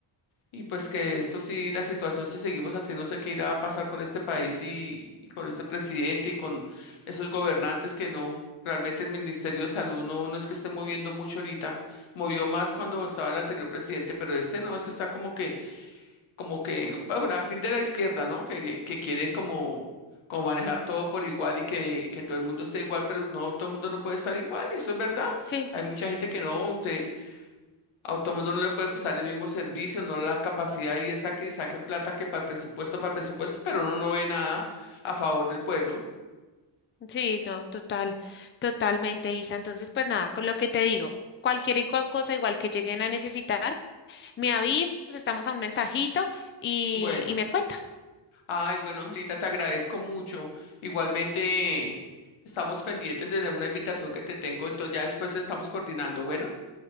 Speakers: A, on the left; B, on the left.
A: Y pues que esto sí, la situación, si seguimos así, no sé qué irá a pasar con este país y, y con este presidente y con esos gobernantes que no, realmente el Ministerio de Salud no, no es que esté moviendo mucho ahorita, movió más cuando estaba el anterior presidente, pero este no, este está como que, como que, bueno, al fin de la izquierda, ¿no? Que, que que quieren como, como manejar todo por igual y que, que todo el mundo esté igual, pero no, todo el mundo no puede estar igual, eso es verdad.
B: Sí,
A: Hay mucha gente que no, usted... A todo no le pueden prestar el mismo servicio, no la capacidad y esa que saquen plata que para el presupuesto, para el presupuesto, pero uno no ve nada a favor del pueblo.
B: sí, no, total, totalmente, Isa. Entonces, pues nada, con lo que te digo, cualquier y cual cosa igual que lleguen a necesitar, me avisas, estamos a un mensajito y,
A: Bueno,
B: y me cuentas.
A: ay, bueno, Angelita, te agradezco mucho. Igualmente, estamos pendientes de una invitación que te tengo, entonces ya después estamos coordinando. Bueno,